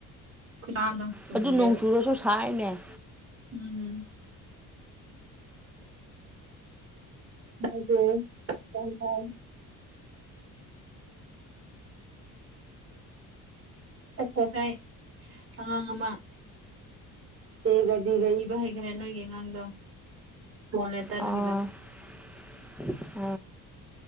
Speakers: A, on the right (about 40°); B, in the centre.
A: ꯈꯁꯥꯗꯣ ꯆꯨꯝꯗꯦꯕ
B: ꯑꯗꯨ ꯅꯣꯡ ꯆꯨꯔꯁꯨ ꯁꯥꯏꯅꯦ
A: ꯎꯝ ꯃꯣꯢꯒꯦ ꯇꯦꯟꯊꯥ ꯑꯦꯐ ꯑꯦꯁꯥꯢ ꯑꯉꯥꯡ ꯑꯃ ꯗꯦꯒ ꯗꯤꯒ ꯏꯕ ꯍꯩꯈ꯭ꯔꯦ ꯅꯣꯢꯒꯤ ꯑꯉꯥꯡꯗꯣ ꯄ꯭ꯔꯣꯅꯦ ꯇ꯭ꯔꯒꯤꯗꯣ
B: ꯑꯥ <unintelligible>